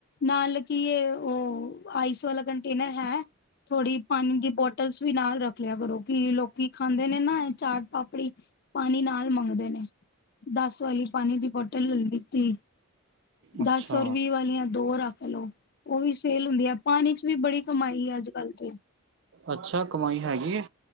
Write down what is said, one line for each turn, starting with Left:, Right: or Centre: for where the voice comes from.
Left: ਨਾਲ ਕੀ ਇਹ ਉਹ ਆਈਸ ਵਾਲਾ ਕੰਟੇਨਰ ਹੈ ਥੋੜੀ ਪਾਣੀ ਦੀ ਬੋਟਲਸ ਵੀ ਨਾਲ ਰੱਖ ਲਿਆ ਕਰੋ, ਕਿ ਲੋਕੀ ਖਾਂਦੇ ਨੇ ਨਾ, ਇਹ ਚਾਟ ਪਾਪੜੀ ਪਾਣੀ ਨਾਲ ਮੰਗਦੇ ਨੇ, ਦੱਸ ਵਾਲੀ ਪਾਣੀ ਦੀ ਬੋਟਲ ਲੈ ਲੀਤੀ।
Right: ਅੱਛਾ
Left: ਦੱਸ ਔਰ, ਵੀਹ ਵਾਲੀਆਂ ਦੋ ਰੱਖ ਲੋ ਉਹ ਵੀ ਸੇਲ ਹੁੰਦੀ ਹੈ, ਪਾਣੀ'ਚ ਵੀ ਬੜੀ ਕਮਾਈ ਹੈ ਅੱਜ- ਕੱਲ ਤੇ।
Right: ਅੱਛਾ ਕਮਾਈ ਹੈਗੀ ਏ?